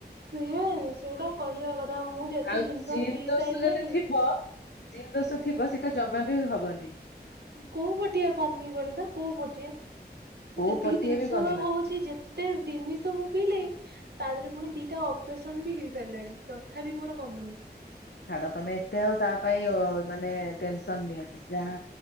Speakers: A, on the right (about 70°); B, on the left (about 85°).
A: ସେୟା ସେଗୁଡା କହିବା କଥା ମୁଁ ଯେତେ
B: ଆଉ
A: ଜିନିଷ
B: ଜିନ୍
A: ପିଇ
B: ଦୋଷ
A: ସାରିଲିଣି
B: ଯଦି ଥିବ ଜିନ୍ ଦୋଷ ଥିବ ସେଇଟା ଜମା ବି ହବନି।
A: କୋଉ ପଟିଆ କମିବନି ତ କୋଉ ପଟିଆ ମୁଁ
B: କୋଉ
A: ଯେତିକି
B: ପଟିଏ
A: ଜିନିଷ
B: ବି କମିବନି
A: ବା କହୁଚି ଯେତ୍ ଏତେ ଦିନିସ ମୁଁ ପିଇଲିଇଁ ତା ଦେହରେ ପୁଣି ଦିଟା ଅପରେସନ ବି ହେଇ ସାରିଲାଣି ତଥାପି ବିି ମୋର କମୁନି।
B: ଛାଡ ତମେ ଏତେ ଆଉ ତା ପାଇଁ ଓ ଆଉ ମାନେ ଟେନସନ ନିଅନି ଯାହା